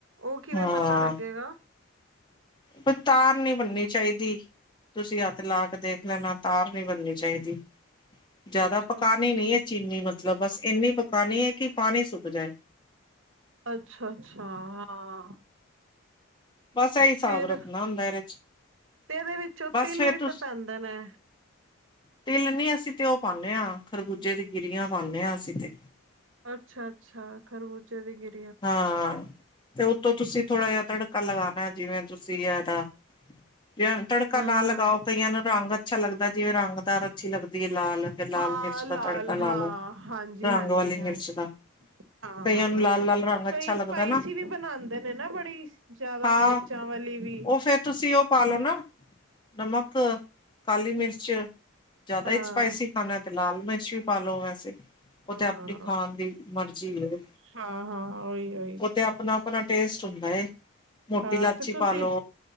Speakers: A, on the right (about 65°); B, on the left (about 20°).
A: ਓ ਕਿਵੇਂ
B: ਹਾਂ
A: ਪਤਾ ਲੱਗੇਗਾ?
B: ਕੋਈ ਤਾਰ ਨੀ ਬਣਨੀ ਚਾਈਦੀ। ਤੁਸੀਂ ਹੱਥ ਲਾ ਕੇ ਦੇਖ ਲੈਣਾ ਤਾਰ ਨੀ ਬਣਨੀ ਚਾਈਦੀ। ਜਿਆਦਾ
A: ਅੱਛਾ-ਅੱਛਾ।
B: ਪਕਾਨੀ ਨੀ ਏ ਚੀਨੀ ਮਤਲਬ ਬਸ ਇੰਨੀ ਪਕਾਨੀ ਏ ਕਿ ਪਾਣੀ ਸੁੱਕ ਜਾਏ।
A: ਅੱਛਾ-ਅੱਛਾ ਹਾਂ। ਹਾਂ।
B: ਬਸ ਏ ਈ ਹਿਸਾਬ
A: ਫਿਰ
B: ਰੱਖਣਾ ਹੁੰਦਾ ਏਰੇ 'ਚ।
A: 'ਤੇ ਏਦੇ ਵਿੱਚੋਂ
B: ਬਸ
A: ਤਿਲ
B: ਫੇਰ
A: ਵੀ
B: ਤੁਸ
A: 'ਤੇ ਪੈਂਦੇ ਨੇ।
B: ਤਿਲ ਨੀ ਅਸੀਂ 'ਤੇ ਓ ਪਾਨੇਆਂ ਖਰਬੂਜੇ ਦੀ ਗਿਰੀਆਂ ਪਾਨੇ ਆ ਅਸੀਂ 'ਤੇ।
A: ਅੱਛਾ-ਅੱਛਾ ਖਰਬੂਜੇ ਦੀ ਗਿਰ
B: ਹਾਂ 'ਤੇ ਉੱਤੋਂ ਤੁਸੀਂ ਥੋੜਾ ਜਾ ਤੜਕਾ ਲਗਾਣਾ ਏ ਜਿਵੇਂ ਤੁਸੀਂ ਐਦਾ ਯਾਰ ਤੜਕਾ
A: ਹਾਂ-ਹਾਂ,
B: ਨਾ ਲਗਾਓ
A: ਹਾਂ
B: ਕਈਆਂ ਨੂੰ ਰੰਗ ਅੱਛਾ ਲੱਗਦਾ ਜਿਵੇਂ ਰੰਗਦਾਰ ਅੱਛੀ ਲੱਗਦੀਏ ਲਾਲ। ਫਿਰ ਲਾਲ
A: ਹਾਂ
B: ਮਿਰਚ
A: ਲਾਲ
B: ਦਾ ਤੜਕਾ ਲਾ
A: ਹਾਂ
B: ਲਓ
A: ਹਾਂਜੀ-ਹਾਂਜੀ-ਹਾਂਜੀ।
B: ਰੰਗ ਵਾਲੀ ਮਿਰਚ ਦਾ
A: ਹਾਂ-ਹਾਂ।
B: ਕਈਆਂ ਨੂੰ ਲਾਲ ਲਾਲ ਰੰਗ ਅੱਛਾ
A: ਕਈ
B: ਲੱਗਦਾ
A: ਸਪਾਈਸੀ
B: ਨਾ
A: ਵੀ ਬਣਾਦੇ ਨੇ ਨਾ ਬੜੀ ਜਿਆਦਾ
B: ਹਾਂ
A: ਮਿਰਚਾਂ ਵਾਲੀ ਵੀ।
B: ਉਹ ਫੇਰ ਤੁਸੀਂ ਓ ਪਾਲੋ ਨਾ ਨਮਕ, ਕਾਲੀ ਮਿਰਚ। ਜਿਆਦਾ
A: ਹਾਂ।
B: ਈ ਸਪਾਈਸੀ ਖਾਨਾ ਏ 'ਤੇ ਲਾਲ ਮਿਰਚ ਵੀ ਪਾਲੋ ਵੈਸੇ। ਓ 'ਤੇ
A: ਹਾਂ,
B: ਆਪਣੀ ਖਾਣ ਦੀ ਮਰਜ਼ੀਏ।
A: ਹਾਂ-ਹਾਂ, ਉਈ-ਉਈ।
B: ' ਤੇ ਆਪਣਾ-ਆਪਣਾ ਟੇਸਟ ਹੁੰਦਾ ਏ ਮੋਟੀ
A: ਹਾਂ
B: ਲਾਚੀ
A: ਤੇ ਤੁਸੀਂ
B: ਪਾਲੋ।